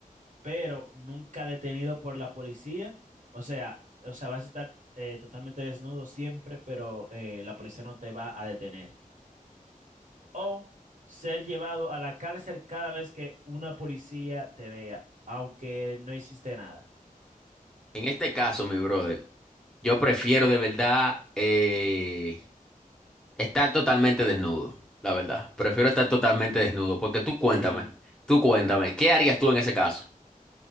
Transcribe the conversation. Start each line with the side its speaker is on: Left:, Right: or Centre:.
Right: pero nunca detenido por la policía. O sea, o sea, vas a estar eh, totalmente desnudo siempre, pero eh, la policía no te va a detener. O ser llevado a la cárcel cada vez que una policía te vea, aunque no hiciste nada.
Centre: En este caso, mi brother, yo prefiero de verdad eh, estar totalmente desnudo, la verdad. Prefiero estar totalmente desnudo, porque tú
Right: Sí.
Centre: cuéntame, tú cuéntame, ¿qué harías tú en ese caso?